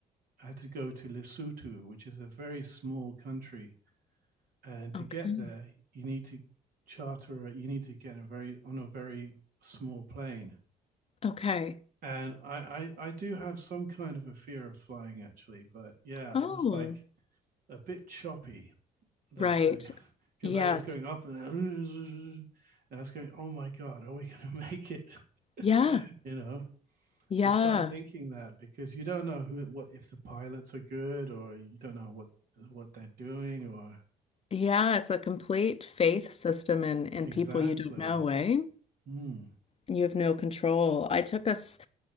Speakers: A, on the right (about 50°); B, on the left (about 30°).
A: had to go to Lesotho, which is a very small country, and to
B: Okay.
A: get there, you need to charter, you need to get a very on a very small plane.
B: Okay.
A: And I, I, I do have some kind of a fear of flying actually, but yeah, it
B: Oh,
A: was like a bit choppy let's
B: right.
A: say, because
B: Yes.
A: I was going up and, and I was going, oh my God, are we going to make it? <laughs>
B: Yeah.
A: you know,
B: Yeah.
A: you start thinking that because you don't know who, what, if the pilots are good or you don't know what, what they're doing or
B: Yeah. It's a complete faith system and and
A: exactly.
B: people you don't know, eh?
A: Hmm.
B: You have no control. I took us,